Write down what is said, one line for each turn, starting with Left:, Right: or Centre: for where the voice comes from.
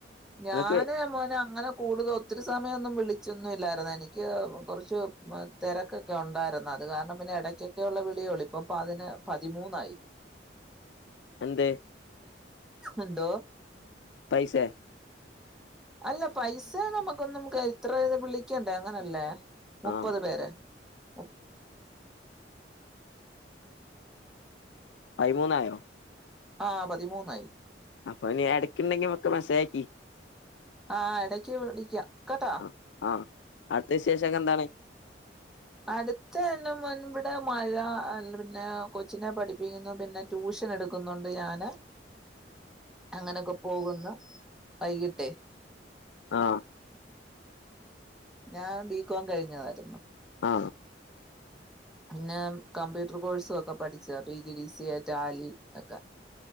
Centre: ഞാന്
Left: നിങ്ങൾക്ക്
Centre: മോനങ്ങനെ കൂടുതൊത്തിരി സമയൊന്നും വിളിച്ചൊന്നും ഇല്ലാര്ന്ന് എനിക്ക് കൊറച്ച് തെരക്കൊക്കെ ഉണ്ടായിര്ന്ന് അത് കാരണം പിന്നെ ഇടക്കൊക്കെള്ള വിളിഉള്ളൂ ഇപ്പൊ പതിനൊ പതിമൂന്നായി
Left: എന്തേ
Centre: എന്തോ
Left: പൈസെ
Centre: അല്ല പൈസ നമ്മുക്കൊന്നും കെ ഇത്രയ വിളിക്കണ്ടേ അങ്ങനല്ലേ !!!!!!
Left: ആഹ്
Centre: !!!!!!!!!!!!
Left: പയിമൂന്നായോ! !!!!!!!
Centre: ആ പതിമൂന്നായി
Left: അപ്പൊ നീ എടക്കുണ്ടെങ്കി ഒക്കെ മെസ്സേജ് അയക്കി
Centre: ആ എടക്ക് വിളിക്കാം കേട്ടാ
Left: ആ ആ അട്ത്ത വിശേഷോക്കെന്താണ്
Centre: അടുത്തേനമോനും വടെ മഴ അല്ല പിന്നെ കൊച്ചിനെ പഠിപ്പിക്കുന്നു പിന്നെ ട്യൂഷൻ എടുക്കുന്നുണ്ട് ഞാന് അങ്ങനൊക്കെ പോകു ഇന്നു വൈകിട്ടെ
Left: ആ
Centre: ഞാൻ ബി കോം കഴിഞ്ഞതാരുന്നു
Left: ആ
Centre: പിന്നെ കമ്പ്യൂട്ടർ കോഴ്സും ഒക്കെ പഠിച്ചതാ P G D C A Tally തൊക്കെ